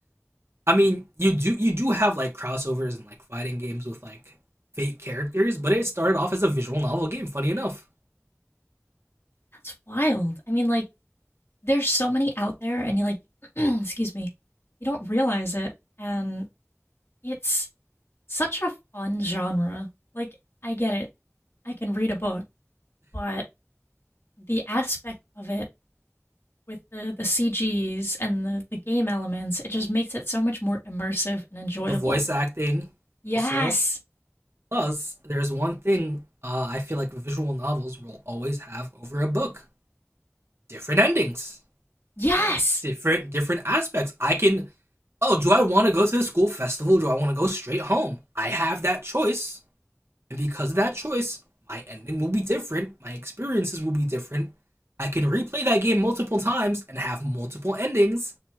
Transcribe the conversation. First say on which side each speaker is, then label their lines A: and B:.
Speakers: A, on the right; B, on the left.
A: I mean you do you do have like crossovers and like fighting games with like Fate characters, but it started off as a visual novel game. Funny enough,
B: That's wild. I mean, like, there's so many out there, and you like, <clears throat> excuse me, you don't realize it. And it's such a fun genre. Like, I get it. I can read a book, but the aspect of it with the, the CGs and the, the game elements, it just makes it so much more immersive and enjoyable.
A: the voice acting
B: Yes.
A: also. Plus, there's one thing uh, I feel like visual novels will always have over a book: different endings.
B: Yes.
A: different different aspects. I can oh, do I want to go to the school festival? Do I want to go straight home? I have that choice, and because of that choice, my ending will be different. My experiences will be different. I can replay that game multiple times and have multiple endings